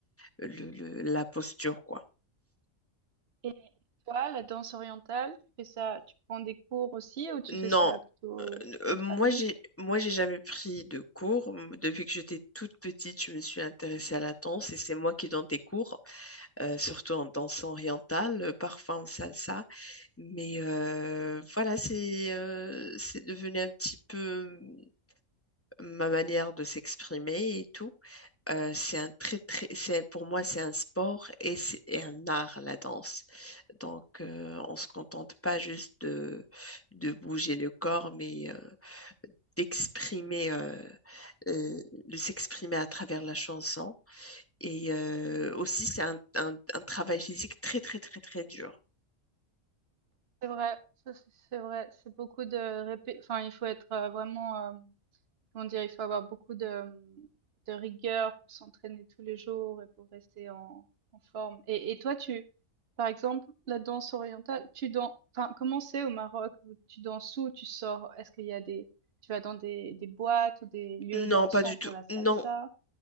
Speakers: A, on the left; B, on the right.
A: le- le- la posture, quoi.
B: et toi, la danse orientale, tu fais ça, tu prends des cours aussi ou tu
A: Non,
B: fais ça plutôt
A: euh, euh,
B: entre
A: moi
B: amis?
A: j'ai moi j'ai jamais pris de cours. Depuis que j'étais toute petite, je me suis intéressée à la danse et c'est moi qui donne des cours, euh, surtout en danse orientale, euh, parfois en salsa. Mais euh, voilà, c'est euh, c'est devenu un petit peu euh, ma manière de s'exprimer et tout. Euh, c'est un très, très, c'est, pour moi, c'est un sport et c'est et un art, la danse. Donc, euh, on ne se contente pas juste de, de bouger le corps, mais euh, d'exprimer, euh, euh, de s'exprimer à travers la chanson. Et euh, aussi, c'est un, un- un travail physique très, très, très, très dur.
B: C'est vrai, ça c'est c'est vrai, c'est beaucoup de répé- enfin il faut être euh, vraiment euh, Comment dire? Il faut avoir beaucoup de, mmh, de rigueur pour s'entraîner tous les jours et pour rester en, en forme. Et, et toi, tu, par exemple, la danse orientale, tu danses, enfin, comment c'est au Maroc? Vous- Tu danses où? Tu sors? Est-ce qu'il y a des, tu vas dans des, des boîtes ou des lieux
A: Non,
B: dansants
A: pas du
B: pour
A: tout.
B: la salsa?
A: Non,